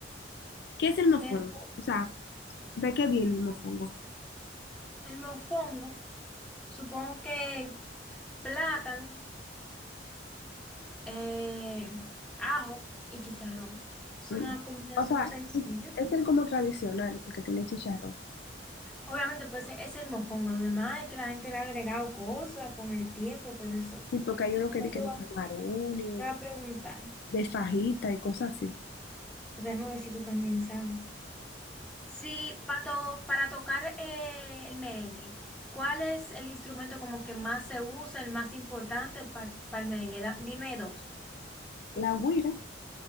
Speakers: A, on the left; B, in the centre.
A: ¿Qué es el mofongo?
B: Pero
A: O sea, ¿de qué viene el mofongo?
B: el mofongo, supongo que plátano, eh, ajo y chicharrón. Es
A: Mm.
B: una combinación
A: O sea,
B: sencilla.
A: este es como tradicional, el que tiene chicharrón.
B: Obviamente, pues ese es el mofongo. Lo demás es que la gente le ha agregado cosas con el tiempo, pero eso.
A: Y porque hay uno que
B: no
A: dice que
B: Te voy
A: de camarones,
B: a te voy a preguntar,
A: de fajita y cosas así.
B: porque déjame ver si tú también sabes. Sí, pato, para tocar eh, el merengue, ¿cuál es el instrumento como que más se usa, el más importante para el merengue? Da- dime dos.
A: La guira,